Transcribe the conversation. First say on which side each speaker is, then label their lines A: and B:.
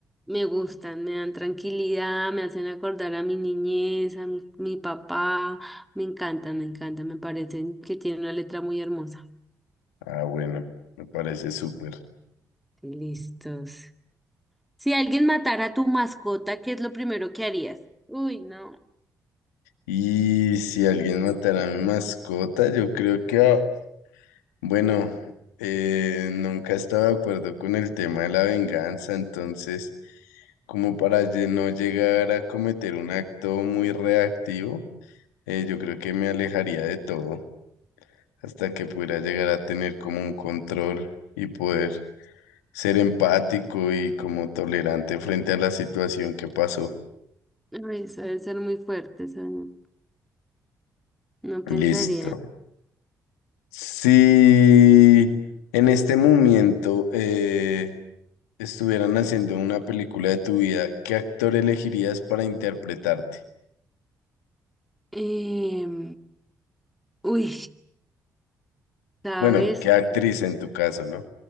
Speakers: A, in the centre; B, on the left.
A: Me gustan, me dan tranquilidad, me hacen acordar a mi niñez, a mi, mi papá. Me encantan, me encantan, me parecen que tienen una letra muy hermosa.
B: ah, bueno, me parece súper.
A: Listos. Si alguien matara a tu mascota, ¿qué es lo primero que harías? Uy, no.
B: Y si alguien matara a mi mascota, yo creo que, ah, bueno, eh, nunca he estado de acuerdo con el tema de la venganza, entonces, como para lle- no llegar a cometer un acto muy reactivo, eh, yo creo que me alejaría de todo hasta que pudiera llegar a tener como un control y poder. ser empático y como tolerante frente a la situación que pasó.
A: Uy, eso debe ser muy fuerte, eso no, no pensaría.
B: Listo. Si en este momento eh, estuvieran haciendo una película de tu vida, ¿qué actor elegirías para interpretarte?
A: Em, uy, ¿sabes?
B: Bueno, ¿qué actriz en tu caso, no?